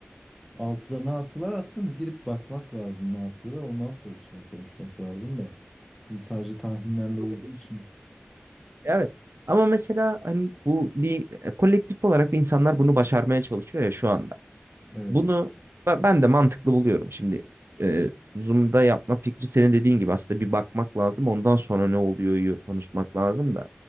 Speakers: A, in the centre; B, on the right.
A: Altıda ne yapıyorlar? Aslında bir girip bakmak lazım ne yapıyorlar. Ondan sonra üstüne konuşmak lazım da. Şimdi sadece tahminlerle
B: Olabilir.
A: olduğu için.
B: Evet. Ama mesela hani bu bir e, kolektif olarak insanlar bunu başarmaya çalışıyor ya şu anda.
A: Evet.
B: Bunu ben ben de mantıklı buluyorum. Şimdi e, Zoom'da yapma fikri senin dediğin gibi aslında bir bakmak lazım. Ondan sonra ne oluyor konuşmak lazım da.